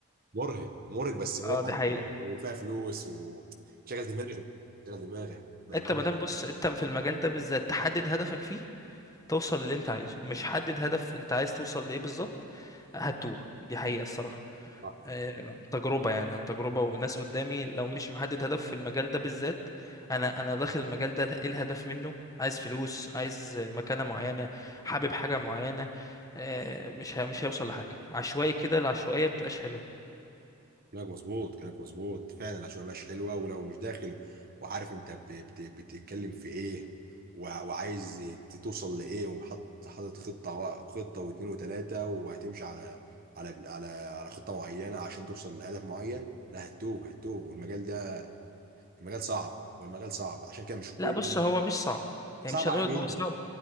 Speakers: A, on the right; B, on the left.
A: مرهق مرهق بس متعه
B: اه دي حقيقه
A: و- وفيها فلوس وشغل دماغك شغل دماغك بامانه
B: انت مادام بص انت في المجال ده بالذات تحدد هدفك فيه توصل للي انت عايزه مش حدد هدف انت عايز توصل لايه بالظبط هتوه دي حقيقه الصراحه
A: صح
B: آه، تجربة يعني عن تجربة وناس قدامي لو مش محدد هدف في المجال ده بالذات انا انا داخل المجال ده ايه الهدف منه عايز فلوس عايز آه، مكانة معينة حابب حاجة معينة آه، مش ه- مش هيوصل لحاجة عشوائي كده العشوائية بتبقاش حلوة
A: كلامك مظبوط كلامك مظبوط فعلا العشوائيه مش حلوه ولو مش داخل وعارف انت ب- بت- بتتكلم في ايه وع- وعايز ت- توصل لايه وحاطط حاطط خطه و- وخطه واثنين وثلاثه وهتمشي على على على على خطه معينه عشان توصل لهدف معين لا هتوه هتوه والمجال ده المجال صعب والمجال صعب عشان كده مش
B: لا
A: كل
B: بص هو مش صعب يعني
A: صعب
B: مش هنقول
A: على
B: ان
A: مين
B: هو صعب